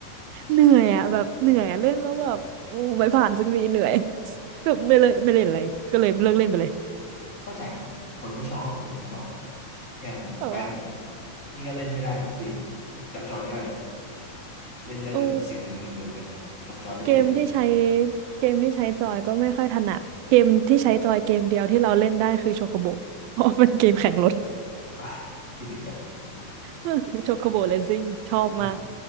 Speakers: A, on the right (about 85°); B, on the left (about 25°).
A: เหนื่อยอะแบบเหนื่อยอะเล่นแล้วแบบโอ้ไม่ผ่านสักทีเหนื่อย <laughs> แบบไม่เลยไม่เล่นอะไรก็เลยเลิกเล่นไปเลย
B: เข้าใจคนไม่ชอบก็คือคนไม่ชอบอย่างแฟนผม
A: แต่ว่า
B: นี่ก็เล่นไม่ได้เลยเกมจับจอยไม่ได้เลย เล่นได้แต่ซิมในมือถือเหมือนกันจับจอยไม่เป็นเลยแฟนผม
A: โอ้เกมที่ใช้เกมที่ใช้จอยก็ไม่ค่อยถนัดเกมที่ใช้จอยเกมเดียวที่เราเล่นได้คือโชโคโบเพราะเป็นเกมแข่งรถ
B: เอออ่ะคิดถึงจัด
A: <laughs> โชโคโบเรซิ่งชอบมาก
B: อืม